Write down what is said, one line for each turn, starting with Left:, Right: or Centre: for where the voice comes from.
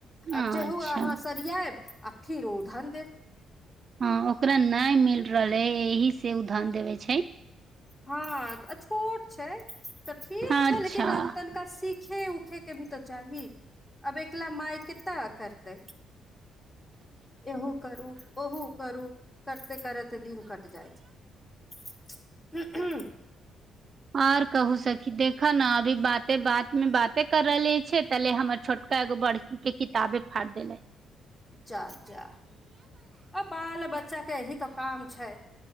Right: अच्छा
Left: आब जेहो अहाँ सरियाइब आ फिर ओ उधल देत।
Right: हँ, ओकरा नइ मिल रहलै, एहीसे उधन देबै छै।
Left: हँ, आ छोट छै, तऽ ठीक
Right: अच्छा
Left: छै, लेकिन तनिका सीख खे उखेके भी तऽ चाही। अब एक अकेला माय केत्ताके करतै। एहू करू ओहो करू करिते करते दिन कटि जाइ छै। ह ह
Right: आऔर कहू सखी देख ने अभी बाते बात मे बाते कर रहले छै तले हमर छोटका एगो बड़की के किताबे फाड़ि देले।
Left: जा जा। आ बाल-बच्चा एही तऽ काम छै।